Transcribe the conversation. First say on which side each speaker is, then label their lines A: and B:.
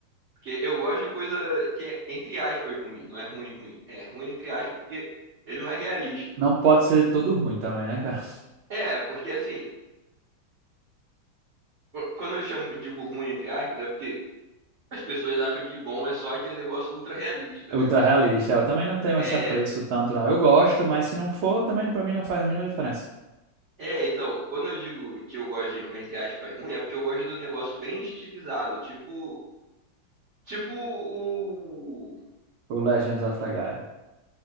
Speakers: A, on the right; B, on the right.
A: Porque eu gosto de coisa que é, entre aspas, ruim. Não é ruim, ruim. É ruim, entre aspas, porque ele não é realista.
B: Não pode ser todo ruim também, né, cara?
A: É, porque assim, quando eu chamo, digo ruim, entre aspas, é porque As pessoas acham que bom é só aquele negócio ultra realista,
B: Ultra
A: né?
B: realista. Eu também não tenho esse
A: É,
B: apreço tanto, não. Eu gosto, mas se não for, também pra mim não faz a mínima diferença.
A: é, então, quando eu digo que eu gosto de, entre aspas, ruim, é porque eu gosto do negócio bem estilizado, tipo, tipo o...
B: O Legends of Legaia.